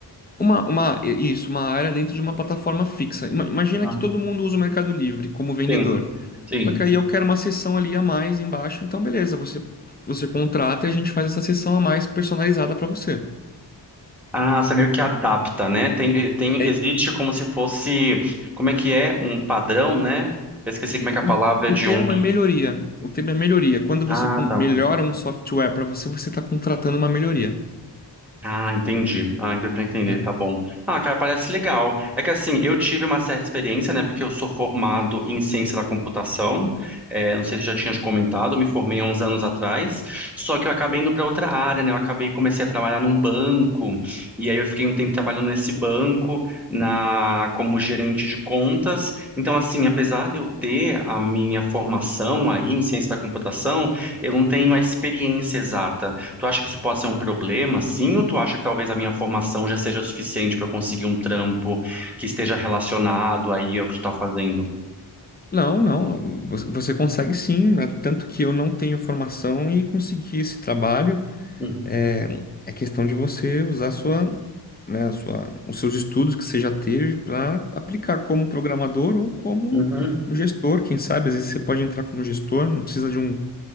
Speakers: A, on the left; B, in the centre.
A: Uma, uma, isso, uma área dentro de uma plataforma fixa. Ima- Imagina
B: Ah,
A: que todo mundo usa o Mercado Livre como vendedor.
B: Sim, sim.
A: Só que aí eu quero uma seção ali a mais embaixo, então beleza, você, você contrata e a gente faz essa seção a mais personalizada para você.
B: Ah, você meio que adapta, né? Tem, tem,
A: É,
B: existe como se fosse, como é que é? Um padrão, né? Eu esqueci como é
A: o,
B: que é a palavra
A: o
B: de
A: termo
B: um.
A: é melhoria. O termo é melhoria. Quando
B: Ah,
A: você com-
B: tá.
A: melhora um software para você, você está contratando uma melhoria,
B: Ah, entendi. Ah, ainda para entender,
A: né?
B: tá bom. Ah, cara, parece legal. É que assim, eu tive uma certa experiência, né? Porque eu sou formado em ciência da computação. É, não sei se eu já tinha te comentado, eu me formei há uns anos atrás. Só que eu acabei indo para outra área, né? Eu acabei comecei a trabalhar num banco. E aí eu fiquei um tempo trabalhando nesse banco na como gerente de contas. Então, assim, apesar de eu ter a minha formação aí em ciência da computação, eu não tenho a experiência exata. Tu acha que isso pode ser um problema, sim? Ou tu acha que talvez a minha formação já seja suficiente para eu conseguir um trampo que esteja relacionado aí ao que tu tá fazendo?
A: Não, não, você você consegue sim, né? Tanto que eu não tenho formação e consegui esse trabalho.
B: Uhum,
A: É, é questão de você usar a sua, né, a sua, os seus estudos que você já teve para aplicar como programador ou como
B: uhum,
A: um gestor. Quem sabe, às vezes você pode entrar como gestor, não precisa de um,